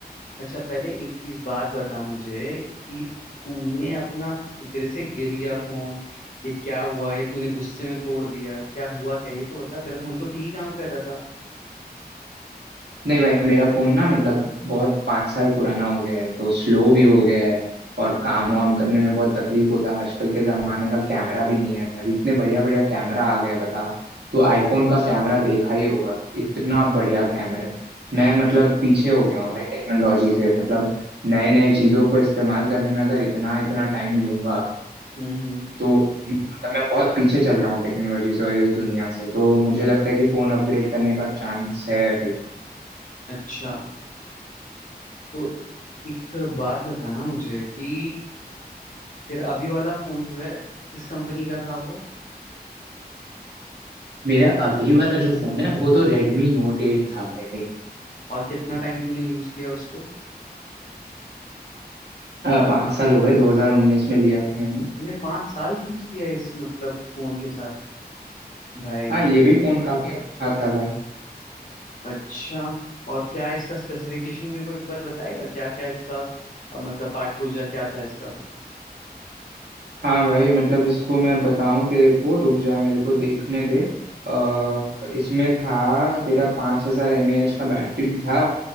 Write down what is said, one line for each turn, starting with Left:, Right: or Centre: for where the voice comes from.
Left: अच्छा पहले एक चीज बात बता मुझे कि तूने अपना तेरे से गिर गया फोन ये क्या हुआ ये तूने गुस्से में तोड़ दिया क्या हुआ क्या ये तो बता तेरा फोन तो ठीक ही काम कर रहा था
Right: नहीं भाई मेरा फोन ना मतलब बहुत पाँच साल पुराना हो गया है तो स्लो भी हो गया है और काम वाम करने में बहुत तकलीफ होता है आजकल के जमाने का कैमरा भी नहीं है अभी इतने बढ़िया बढ़िया कैमरा आ गए हैं, बता तो आईफोन
Left: हम्म
Right: का कैमरा देखा ही होगा इतना बढ़िया कैमरा है मैं
Left: हम्म
Right: मतलब पीछे हो गया हूँ भाई टेक्नोलॉजी से मतलब नए नए चीजों को इस्तेमाल करने में अगर इतना इतना टाइम लूंगा
Left: हम्म हम्म।
Right: तो मतलब मैं बहुत पीछे चल रहा हूँ टेक्नोलॉजी से और इस दुनिया से तो मुझे लगता है कि फोन अपग्रेड करने का चांस है अभी
Left: अच्छा तो एक बात बताना मुझे कि तेरा अभी वाला फोन जो है किस कंपनी का था वो
Right: मेरा अभी वाला जो फोन है वो तो रेडमी नोट एट था भाई
Left: और कितना टाइम तूने यूज किया उसको
Right: अ, पाँच साल हो गए 2019 में लिया था मैंने
Left: तूने पांच साल खींच दिया इस मतलब फोन के साथ भाई
Right: हाँ ये भी फोन काफी अच्छा था भाई
Left: अच्छा और क्या इसका स्पेसिफिकेशन मेरे को एक बार बताएगा क्या क्या इसका अ, मतलब पाठ पूजा क्या था इसका
Right: हाँ भाई मतलब इसको मैं बताऊं तेरे को रुक जा मेरे को देखने दे अ, इसमें था तेरा 5000 हजार एम ए एच का बैटरी था